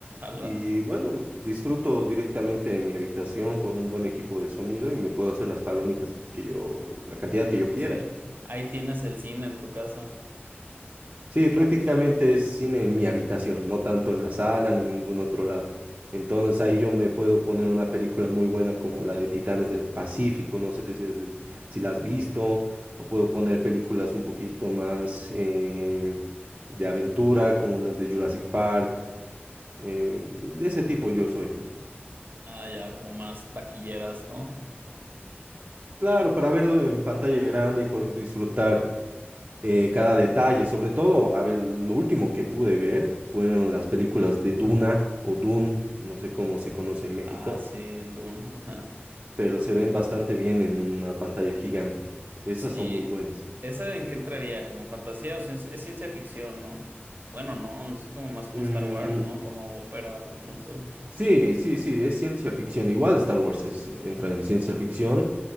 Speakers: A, on the right; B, on the right.
A: Ala,
B: y bueno, disfruto directamente en mi habitación con un buen equipo de sonido y me puedo hacer las palomitas que yo, la cantidad que yo quiera.
A: sí. Ahí tienes el cine en tu casa.
B: Sí, prácticamente es cine en mi habitación, no tanto en la sala ni en ningún otro lado. Entonces ahí yo me puedo poner una película muy buena como la de Titanes del Pacífico, no sé si, es- si la has visto, o puedo poner películas un poquito más em, de aventura como las de Jurassic Park, em, de ese tipo yo soy.
A: Ah, ya, como más taquilleras, ¿no?
B: Claro, para verlo en pantalla grande y por disfrutar eh, cada detalle, sobre todo, a ver, lo último que pude ver fueron las películas de Duna o Dune, no sé cómo se conoce en México,
A: Ah, sí, en Dune, ajá.
B: pero se ven bastante bien en una pantalla gigante. Esas
A: Sí.
B: son muy buenas.
A: ¿Esa en qué entraría? ¿Como fantasía o cien- es ciencia ficción, ¿no? Bueno, no, es como más como
B: Mm,
A: Star Wars, ¿no? Como ópera, o no sé.
B: sí, sí, sí, es ciencia ficción. Igual Star Wars es- entra en ciencia ficción,